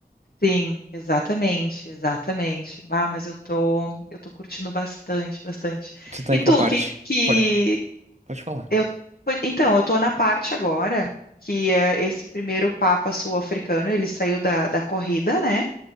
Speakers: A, on the left; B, on the right.
A: Sim, exatamente, exatamente. Bah, mas eu tô eu tô curtindo bastante, bastante.
B: Você tá
A: E
B: em
A: tu,
B: qual parte?
A: que, que
B: Pode, pode falar.
A: Eu, pois- então, eu estou na parte agora que eh, esse primeiro Papa sul-africano, ele saiu da, da corrida, né?